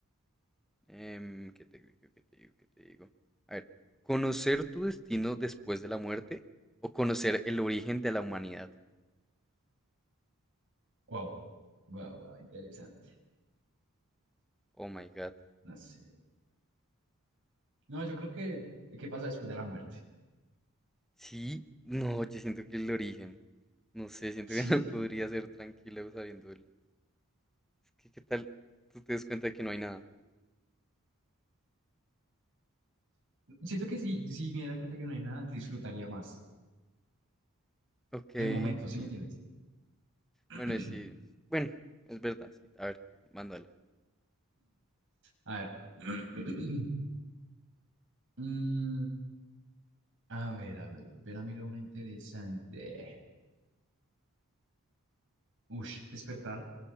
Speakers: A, in the centre; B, on the right.
A: em, ¿qué te digo? ¿Qué te digo? ¿Qué te digo? A ver, ¿conocer tu destino después de la muerte o conocer el origen de la humanidad?
B: Wow, wow, wow, interesante.
A: Oh my God.
B: No sé. No, yo creo que, ¿qué pasa después de la muerte?
A: Sí, no, yo siento que el origen, no sé, siento
B: Sí,
A: que <laughs> no podría ser tranquilo sabiendo el... Es que, ¿qué tal? Tú te das cuenta de que no hay nada.
B: Siento que si, si me diera cuenta que no hay nada, disfrutaría más
A: Ok, entiendo.
B: el momento, ¿sí me entiendes? <clears throat>
A: Bueno, y sí, bueno, es verdad, sí. A ver, mándala.
B: A ver. <clears throat> Mm, a ver, a ver. Espera, miro una interesante. Ush, despertar